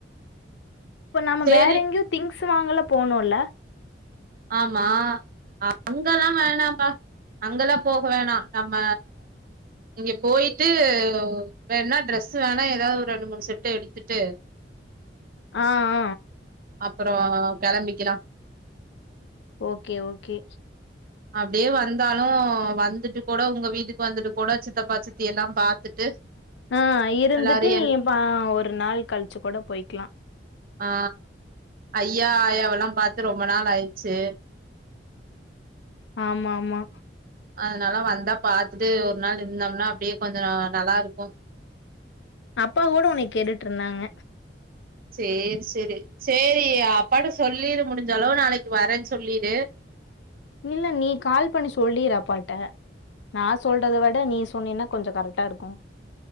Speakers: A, on the left; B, on the right.
A: இப்போ நம்ம
B: சேரி
A: வேற எங்கேயும் திங்ஸ் வாங்கல்ல போணுல்ல
B: ஆமா அங்கல்லா வேணாம்பா அங்கெல்லா போக வேணா நம்ம இங்கே போயிட்டு வேணுனா ட்ரெஸ் வேணா எதாவது ஒரு ரெண்டு மூணு செட்டு எடுத்துட்டு
A: ஆ அ
B: அப்பறோ கெளம்பிக்கெலா
A: ஓகே ஓகே
B: அப்டியே வந்தாலு வந்துட்டு கூட உங்க வீட்டுக்கு வந்துட்டு கூட சித்தப்பா சித்தி எல்லா பாத்துட்டு
A: ஆ இருந்துட்டு
B: எல்லாரையு
A: நீ
B: என்
A: இப்பா ஒரு நாள் கழிச்சு கூட போய்க்லா
B: ஆ ஐயா ஆயாவெல்லா பாத்து ரொம்ப நாள் ஆயிடுச்சு
A: ஆமா ஆமா
B: அதுனால வந்தா பாத்துட்டு ஒரு நாள் நின்னம்னா அப்டியே கொஞ்சோ ந நல்லா இருக்கும்
A: அப்பா கூட ஒன்னைய கேட்டுட்ருந்தாங்க
B: சேரி சேரி சேரி அப்பாட்ட சொல்லிரு முடிஞ்சு அளவு நாளைக்கி வரேன்னு சொல்லிடு
A: இல்ல நீ கால் பண்ணி சொல்லீரு அப்பாகிட்ட நா சொல்றத விட நீ சொன்னீனா கொஞ்ச கரெக்ட்டா இருக்கும்